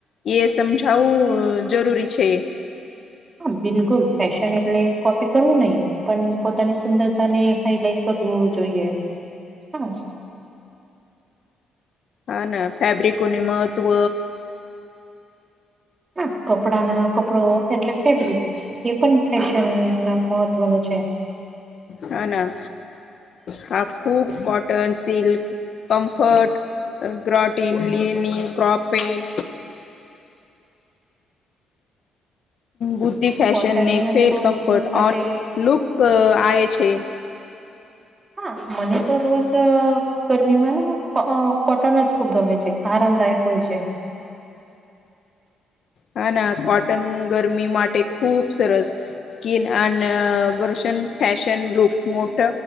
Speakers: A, on the left; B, on the right.
A: એ સમજાવું જરૂરી છે.
B: હા બિલકુલ ફેશન એટલે કોપી કરવું નહી. પણ પોતાની સુંદરતા ને હાઈલાઈટ કરવું જોઈએ, હા.
A: હા ના ફેબ્રિકોને મહત્ત્વ.
B: ના કપડા ના કપડો એટલે ફેબ્રિક એ પણ ફેશનના મહત્વનું છે.
A: હ ના. હા ખૂબ કોટન, સિલ્ક, કમ્ફર્ટ. ગ્રટિન, લિનીન, ક્રોપેટ. બુદ્ધિ
B: હા
A: ફેશન
B: કોટન
A: ને
B: મને
A: ફેલ
B: રોજ
A: કમ્ફર્ટ
B: માટે
A: ઓન, લુક આવે છે.
B: હા મને તો રોજ ગરમીમાંને કોટન જ ખુબ ગમે છે આરામદાયક હોય છે.
A: હા ના કોટન ગરમી માટે ખુબ સરસ. સ્કીિન અનેશન ફેશન લુક મોટ